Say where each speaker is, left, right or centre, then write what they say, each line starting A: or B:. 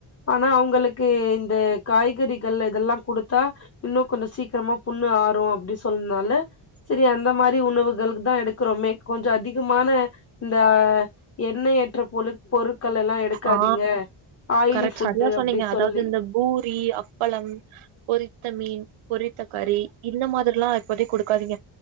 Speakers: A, on the left (about 30°); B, on the right (about 85°).
A: ஆனா அவங்களுக்கு இந்த காய்கறிகள் இதெல்லா கொடுத்தா இன்னு கொஞ்சொ சீக்கிரமா புண்ணு ஆறு அப்டி சொன்னனால சரி அந்த மாரி உணவுகளுக்கு தா எடுக்கறோமே கொஞ்ச அதிகமான இந்த எண்ணெய் அற்ற பொழு பொருட்கள் எல்லா எடுக்காதீங்க
B: ஆ
A: ஆயிலி
B: கரெக்ட்
A: ஃபுட்டு
B: சரியா சொன்னீங்க
A: அப்டி
B: அதாவ்து
A: சொல்லி
B: இந்த பூரி அப்பளம் பொரித்த மீன் பொரித்தக்கறி இந்த மாதிரில்லா இப்போதைக்கு கொடுக்காதீங்க